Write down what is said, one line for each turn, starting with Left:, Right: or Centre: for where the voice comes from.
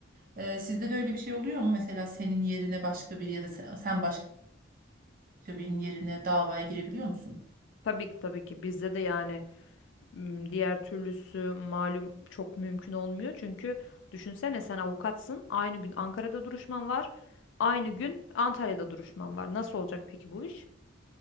Right: Ee, sizde de öyle bir şey oluyor mu mesela senin yerine başka biri ya da sen sen başka başka birinin yerine davaya girebiliyor musun?
Left: Tabii ki tabii ki bizde de yani m, diğer türlüsü malum çok mümkün olmuyor. Çünkü düşünsene sen avukatsın. Aynı gün Ankara'da duruşman var. Aynı gün Antalya'da duruşman var. Nasıl olacak peki bu iş?